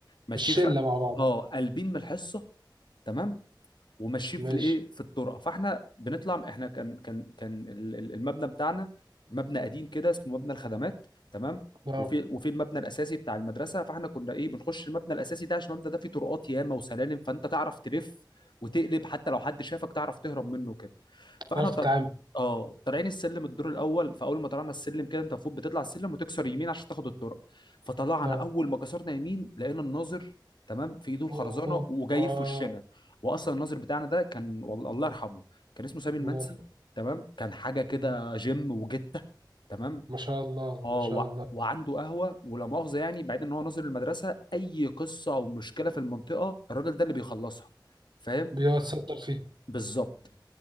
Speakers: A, on the left; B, on the right.
A: ماشيين
B: الشله
A: خ...
B: مع بعض
A: اه قلبين من الحصه تمام وماشيين
B: ماشي
A: في الايه في الطرقه فاحنا بنطلع احنا كان كان كان ال- ال- المبنى بتاعنا مبنى قديم كده اسمه مبنى الخدمات تمام
B: اه
A: وفي وفي المبنى الاساسي بتاع المدرسه فاحنا كنا ايه بنخش المبنى الاساسي ده عشان المبنى ده فيه طرقات ياما وسلالم فانت تعرف تلف وتقلب حتى لو حد شافك تعرف تهرب منه كده فاحنا
B: تعرف
A: طل...
B: تتعامل
A: اه طالعين السلم الدور الاول فاول ما طلعنا السلم كده انت المفروض بتطلع السلم وتكسر يمين عشان تاخد الطرق فطلعنا
B: اه
A: اول ما كسرنا يمين لقينا الناظر تمام في ايده الخرزانه
B: أوه.
A: وجاي
B: اه
A: في وشنا واصلا الناظر بتاعنا ده كان والله الله يرحمه كان اسمه سامي المنسي
B: الله يرحمه.
A: تمام كان حاجه كده
B: مم.
A: جيم وجته تمام
B: ما شاء الله
A: اه
B: ما شاء
A: و...
B: الله
A: وعنده قهوه ولا مؤاخذه يعني بعيد ان هو ناظر المدرسه اي قصه او مشكله في المنطقه الراجل ده اللي بيخلصها فاهم
B: بيتصدر فيه
A: بالظبط